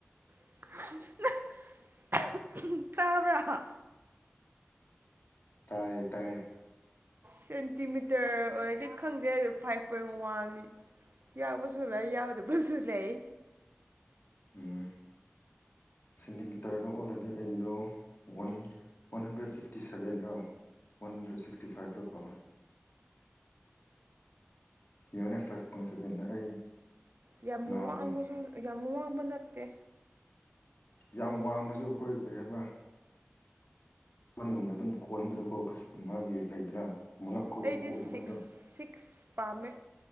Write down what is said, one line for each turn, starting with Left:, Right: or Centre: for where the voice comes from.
Right: <unintelligible> ꯇꯥꯕ꯭ꯔꯥ
Left: ꯇꯥꯏꯌꯦ ꯇꯥꯏꯌꯦ
Right: ꯁꯦꯟꯇꯤꯃꯤꯇꯔ ꯑꯣꯏꯔꯗꯤ ꯈꯪꯗꯦ ꯐꯥꯏꯚ ꯄꯣꯏꯟ ꯋꯥꯟꯅꯦ ꯌꯥꯎꯕꯁꯨ ꯂꯩ ꯌꯥꯎꯗꯕꯁꯨ ꯂꯩ
Left: ꯎꯝ ꯁꯦꯟꯇꯤꯃꯤꯇꯔꯗ ꯑꯣꯜꯂꯗꯤ ꯑꯩꯗꯣ ꯋꯥꯟ ꯋꯥꯟ ꯍꯟꯗ꯭ꯔꯦꯠ ꯐꯤꯞꯇꯤ ꯁꯕꯦꯟꯔꯣ ꯋꯥꯟ ꯍꯟꯗ꯭ꯔꯦꯠ ꯁꯤꯛꯁꯇꯤ ꯐꯥꯏꯚꯔꯣ ꯀꯧꯔꯦꯒꯧꯧꯧꯧꯇꯇꯇꯇꯇꯇꯇꯦꯧꯧꯧꯧꯧꯛ ꯌꯦꯉꯣꯅꯦ ꯐꯥꯏꯚ ꯄꯣꯏꯟ ꯁꯕꯦꯟꯅ ꯑꯩ
Right: ꯌꯥꯝ
Left: ꯅꯍꯥꯟ
Right: ꯋꯥꯡꯕꯁꯨ ꯌꯥꯝ ꯋꯥꯡꯕ ꯅꯠꯇꯦ
Left: ꯌꯥꯝ ꯋꯥꯡꯕꯁꯨ ꯑꯩꯈꯣꯏ ꯀꯔꯤ ꯍꯥꯏꯕ <unintelligible> ꯑꯗꯨꯝ ꯀꯣꯟꯣꯟꯕꯗꯨꯀꯣ <unintelligible> ꯃꯥꯒꯤ ꯂꯩꯗꯅ ꯃꯉꯛ ꯈꯣꯏꯗꯣ
Right: ꯑꯩꯗꯤ
Left: ꯀꯣꯟꯕ
Right: ꯁꯤꯛꯁ
Left: ꯈꯣꯏꯗꯣ
Right: ꯁꯤꯛꯁ ꯄꯥꯝꯃꯦ